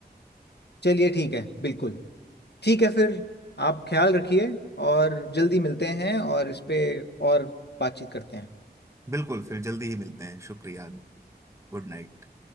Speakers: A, on the left (about 75°); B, on the right (about 15°).
A: चलिए ठीक है बिल्कुल ठीक है फिर आप ख्याल रखिए और जल्दी मिलते हैं और इस पे और बातचीत करते हैं
B: बिल्कुल फिर जल्दी ही मिलते हैं शुक्रिया Good night